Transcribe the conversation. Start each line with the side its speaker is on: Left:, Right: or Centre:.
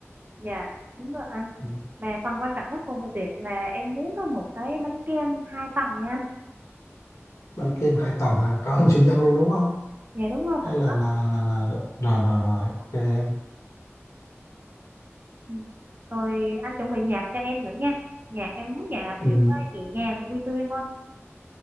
Right: Dạ, đúng rồi anh.
Left: Ừm,
Right: Mà phần quan trọng nhất của bữa tiệc là em muốn có một cái bánh kem hai tầng nha anh.
Left: bánh kem hai tầng hả có hình siêu nhân luôn đúng không
Right: Dạ đúng rồi,
Left: hay
Right: phải
Left: là là là là, là rồi rồi rồi ok em
Right: Ừ. Rồi anh chuẩn bị nhạc cho em nữa nha. Nhạc em muốn nhạc là kiểu
Left: Ừm,
Right: ờ, nhẹ nhàng, vui tươi thôi.